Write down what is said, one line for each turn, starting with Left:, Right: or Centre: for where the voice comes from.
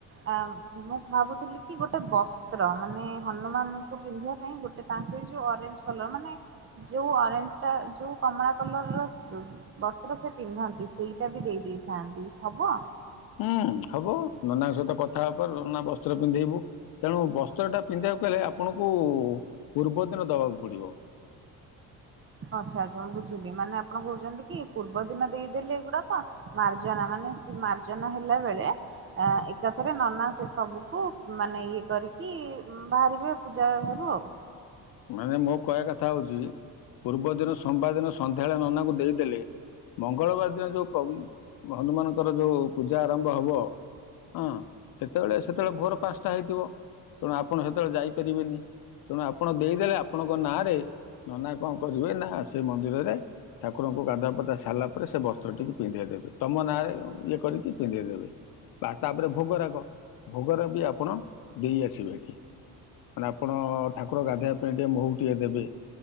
Right: ଆ ମୁଁ ଭାବୁଥିଲି କି ଗୋଟେ ବସ୍ତ୍ର ମାନେ ହନୁମାନଙ୍କୁ ପିନ୍ଧିବା ପାଇଁ ଗୋଟେ ତାଙ୍କେ ଯୋଉ ଅରେଞ୍ଜ କଲର ମାନେ ଯୋଉ ଅରେଞ୍ଜଟା ଯୋଉ କମଳା କଲରର ବସ୍ତ୍ର ସେ ପିନ୍ଧନ୍ତି ସେଇଟା ବି ଦେଇ ଦେଇେଇଥାନ୍ତି। ହବ?
Left: ହୁଁ ହବ ନନାଙ୍କ ସହିତ କଥା ହବା ପରେ ନନା ବସ୍ତ୍ର ପିନ୍ଧେଇବୁ ତେଣୁ ବସ୍ତ୍ରଟା ପିନ୍ଧିବାକୁ ଗଲେ ଆପଣଙ୍କୁ ପୂର୍ବ ଦିନ ଦବାକୁ ପଡ଼ିବ।
Right: ହଁ ଆଚ୍ଛା ଆଚ୍ଛା ମୁଁ ବୁଝିଲି ମାନେ ଆପଣ କୋହୁଚନ୍ତି କି ପୂର୍ବ ଦିନ ଦେଇଦେଲେ ଏଗୁଡ଼ାକ ମାର୍ଜନା ମାନେ ସେ ମାର୍ଜନା ହେଲା ବେଳେ ଅଁ ଏକାଥରେ ନନା ସେ ସବୁକୁ ମାନେ ଇଏ କରିକି ବାହାରିବେ ପୂଜା ଘରୁ ଆଉ।
Left: ମାନେ ମୋ କହିବା କଥା ହୋଉଚି ପୂର୍ବ ଦିନ ସୋମବାର ଦିନ ସନ୍ଧ୍ୟାବେଳେ ନନାଙ୍କୁ ଦେଇଦେଲେ ମଙ୍ଗଳବାର ଦିନ ଯୋଉ ପ୍ରଉ ହନୁମାନଙ୍କର ଯୋଉ ପୂଜା ଆରମ୍ଭ ହବ ଅଁ ସେତବେଳେ ସେତବେଳେ ଭୋର ପାଁଶଟା ହେଇଥିବ ତେଣୁ ଆପଣ ସେତେବେଳେ ଯାଇପାରିବେନି ତେଣୁ ଆପଣ ଦେଇଦେଲେ ଆପଣଙ୍କ ନାଁରେ ନନା କଣ କରିବେ ନା ସେ ମନ୍ଦିରରେ ଠାକୁରଙ୍କୁ ଗାଧୁଆ ପାଧୁଆ ସାରିଲା ପରେ ସେ ବସ୍ତ୍ର ଟିକୁ ପିନ୍ଧେଇ ଦେବେ ତମ ନାଁରେ ଇଏ କରିକି ପିନ୍ଧେଇ ଦେବେ। ତାପରେ ଭୋଗରାଗ ଭୋଗରାଗ ବି ଆପଣ ଦେଇ ଆସିବେ ମାନେ ଆପଣ ଠାକୁର ଗାଧୋଇବା ତା ପାଇଁ ଟିକେ ମହୁ ଟିକେ ଦେବେ